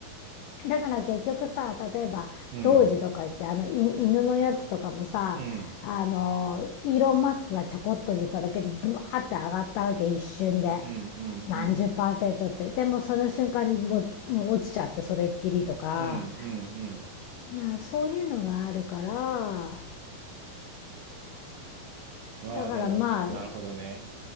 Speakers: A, on the left; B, on the right.
A: だから結局さ例えば童子とか言ってあのい犬のやつとかもさあのイーロン・
B: うんうんうん
A: マスクがちょこっと言っただけでブワーって上がったわけ一瞬で
B: うんうんうん
A: 何十パーセントってでもその瞬間にもうもう落ちちゃってそれっきりとか
B: うんうんうんうん
A: なそういうのがあるから
B: ああ、
A: だからまあう
B: でも、なるほどね。